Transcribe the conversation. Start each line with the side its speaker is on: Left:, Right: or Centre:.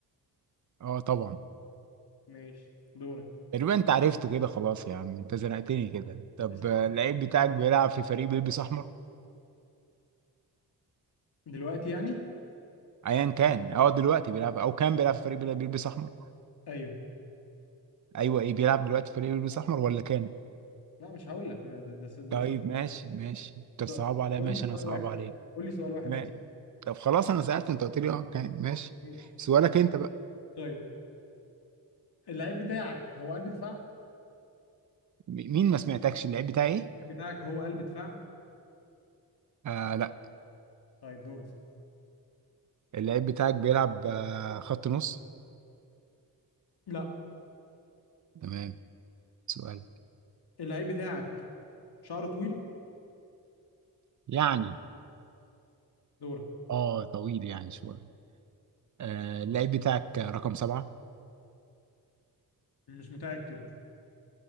Right: اه طبعا
Left: ماشي دورك
Right: تقريبا انت عرفته كده خلاص يا عم انت زنقتني كده طب
Left: لسه
Right: آه،
Left: في.
Right: اللعيب بتاعك بيلعب في فريق بيلبس احمر
Left: دلوقتي يعني
Right: ايا كان هو دلوقتي بيلعب او كان بيلعب في فريق بيلع- بيلبس احمر
Left: ايوه
Right: ايوه ايه بيلعب دلوقتي في فريق بيلبس احمر ولا كان
Left: لا مش هقول لك ده- ده- س- دول
Right: طيب
Left: سؤال
Right: ماشي ماشي طب صعب
Left: سؤال-
Right: عليا
Left: قول
Right: ماشي
Left: لي
Right: انا
Left: سؤال
Right: صعب
Left: واحد
Right: عليك
Left: قول لي سؤال واحد
Right: ما-
Left: بس
Right: طب خلاص انا سألت انت قلت لي اه كان ماشي
Left: ماشي
Right: سؤالك انت بقى
Left: طيب اللعيب بتاعك هو قلب دفاع
Right: م- مين ما سمعتكش اللعيب بتاعي ايه
Left: اللعيب بتاعك هو قلب دفاع
Right: آه لا
Left: طيب دورك
Right: اللعيب بتاعك بيلعب آه خط نص
Left: لا
Right: تمام سؤالك
Left: اللعيب بتاعك شعره طويل
Right: يعني
Left: دورك
Right: اه طويل يعني شويه آه اللعيب بتاعك رقم سبعة
Left: مش متأكد